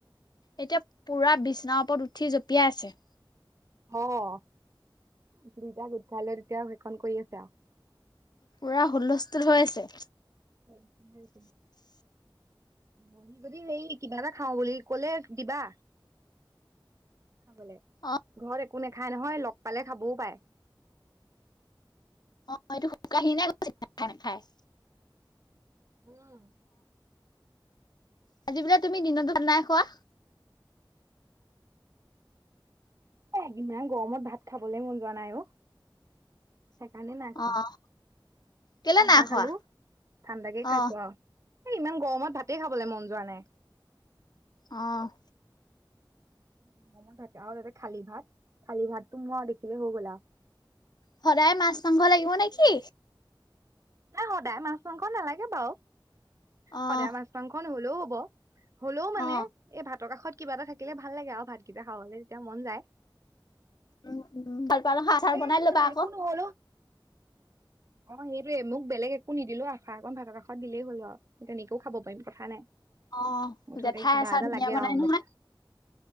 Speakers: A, on the left; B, on the right.
A: এতিয়া পুৰা বিচনাৰ ওপৰত উঠি জঁপিয়াই আছে।
B: অ' দুইটা গোট খাই লৈ তেতিয়া সেইখন কৰি আছে আও।
A: পুৰা হুলস্থুল হৈ আছে।
B: <unintelligible> <unintelligible> কিবা এটা খাওঁ বুলি কলে দিবা। খাবলে,
A: অ',
B: ঘৰত একো নেখায় নহয়। লগ পালে খাবও পাৰে।
A: আমাৰ ইটো শুকাই খিনাই গৈছে নাখাই নাখাই।
B: উম।
A: আজি বোলে তুমি দিনতো ভাত নাই খোৱা?
B: এ ইমান গৰমত ভাত খাবলে মন যোৱা নাই অ। সেইকাৰণে নাই খোৱা।
A: অ', কেলে
B: ঠাণ্ডা
A: নাই
B: খালো
A: খোৱা?
B: ঠাণ্ডাকে
A: অ',
B: খাইছো আৰু এই ইমান গৰমত ভাতেই খাবলে মন যোৱা নাই।
A: অহ।
B: <unintelligible> আৰু তাতে খালী ভাত। খালী ভাতটো মোৰ আৰু দেখিলে হৈ গ'ল আ
A: সদায় মাছ-মাংস লাগিব নে কি?
B: নাই সদায় মাছ-মাংস নেলাগে বাৰু।
A: অ',
B: সদায় মাছ-মাংস নহলেও হ'ব। হলেও মানে
A: অ',
B: এই ভাতৰ কাষত কিবা এটা থাকিলে ভাল লাগে আৰু। ভাতকিটা খাবলে তেতিয়া মন যায়।
A: উম, উম, কলপাতৰ
B: <unintelligible>
A: আচাৰ বনাই ল'বা আকৌ
B: একো নহলো। <unintelligible> টোৱে, মোক বেলেগ একো নিদিলেও আছা অকন ভাতৰ কাষত দিলেই হল অ। তেনেকেও খাব পাৰিম কথা নাই।
A: অ',
B: মুঠতে
A: জেঠাই
B: কিবা
A: আচাৰ
B: এটা
A: ধুনীয়া
B: লাগে
A: বনাই
B: আৰু
A: নহয়
B: মোক,